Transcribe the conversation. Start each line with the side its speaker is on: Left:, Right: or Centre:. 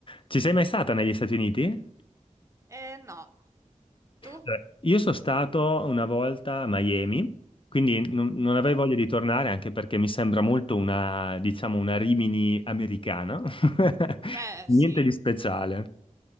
Left: Ci sei mai stata negli Stati Uniti?
Right: Eh no. Tu?
Left: Cioè, Io sono stato una volta a Miami, quindi non, non avrei
Right: Ah,
Left: voglia di tornare anche perché mi sembra molto una, diciamo, una Rimini americana. <laughs>
Right: Beh,
Left: Niente
Right: sì.
Left: di speciale.